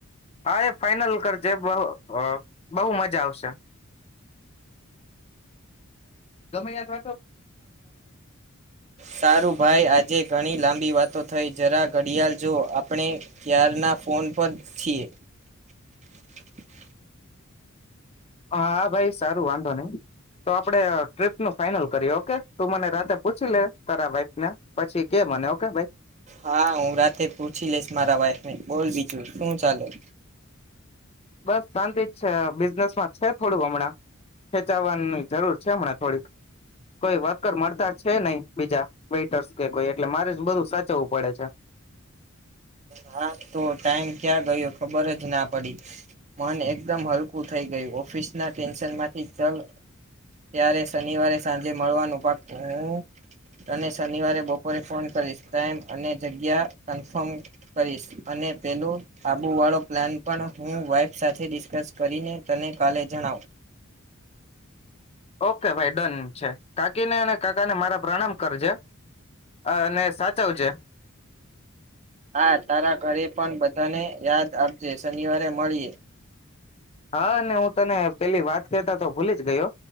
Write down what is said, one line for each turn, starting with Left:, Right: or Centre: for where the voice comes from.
Left: હા ફાઈનલ કરજે બ અ બહુ મજા આવશે સે ગમે એ કર
Right: સારું ભાઈ, આજે ઘણી લાંબી વાતો થઈ જરા ઘડિયાળ જો આપણે ક્યારના ફોન પર છીએ
Left: હા, ભાઈ સારું વાંધો નઈ. તો આપડે ટ્રીપ નું ફાઈનલ કરી ઓકે તું મને રાતે પૂછી લે તારા વાઈફ ને પછી કે મને ઓકે ભાઈ
Right: હા, હું રાતે પૂછી લઈશ મારા વાઈફને, બોલ બીજું શું ચાલે?
Left: બસ શાંતિ જ છે બિઝનેસમાં છે થોડુંક હમણાં ખેચાવાની જરૂર છે હમણાં થોડીક કોઈ વર્કર મળતા છે નહી બીજા વેટર્સ કે કોઈ એટલે મારે જ બધું સાચવવું પડે છે.
Right: હા, તો ટાઈમ ક્યાં ગયો ખબરજ ના પડી, મન એકદમ હલકું થઈ ગયું, ઓફિસ ના ટેન્શનમાંથી ચલ ત્યારે શનિવારે સાંજે મળવાનું પાકુ. હું તને શનિવારે બપોરે ફોન કરીશ, ટાઈમ અને જગ્યા કન્ફમ કરીશ અને પેલું આબુ વાળો પ્લાન પણ હું વાઈફ સાથે ડિસ્કસ કરીને તને કાલે જણાવ.
Left: ઓકે ભાઈ ડન છે. કાકીને અને કાકાને મારા પ્રણામ કરજે, અને સાચવજે.
Right: હા, તારા ઘરે પણ બધાને યાદ આપજે, શનિવારે મળીએ.
Left: હા, ને હું તને પેલી વાત કેહતો તો ભૂલીજ ગયો,